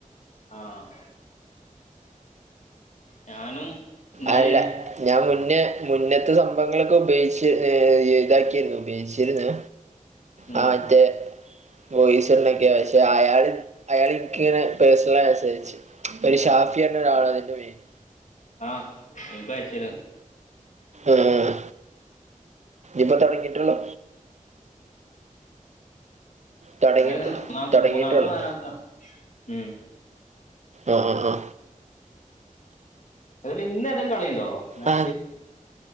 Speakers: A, on the left (about 60°); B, on the right (about 55°).
A: ആഹ ഞാനും ഇന്നലെയാണ്
B: അല്ല ഞാൻ മുന്നേ മുന്നത്തെ സംഭവങ്ങളൊക്കെ ഉപയോഗിച്ച് ഏ ഇതാക്കിരുന്നു ഉപയോഗിച്ചിരുന്നു
A: ഉം
B: ആ മറ്റേ ബോയിസ്ന്നോക്കെ ഇപ്പ അയാള് അയാള് എനിക്കിങ്ങനെ പേഴ്സണലന്സാരിച്ച് ഒരു ഷാഫിയറിന്ന ഒരാൾ അതിന്റെ മേയ്ൻ
A: ആഹ് എക്ക് അയച്ചല്
B: ആഹ ഇപ്പ തൊടങ്ങിയിട്ടുള്ളൂ തൊടങ്ങിട്ടുള്ളൂ
A: ഞാന് മൂന്നാം
B: തെടങ്ങിട്ടുള്ളൂ
A: മൂന്നാമത്തെ നാലാമത്തെ ഉം
B: ആഹ ആ ആ
A: അതപോലെ ഇന്ന് എന്തായാലും കളിയുണ്ടോ മാച്ച്
B: ആ,